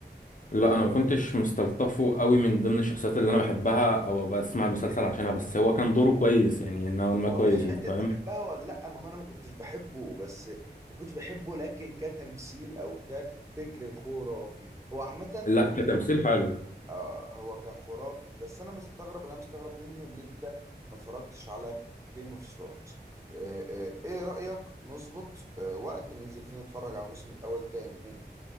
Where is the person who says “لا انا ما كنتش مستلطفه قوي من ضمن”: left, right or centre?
Left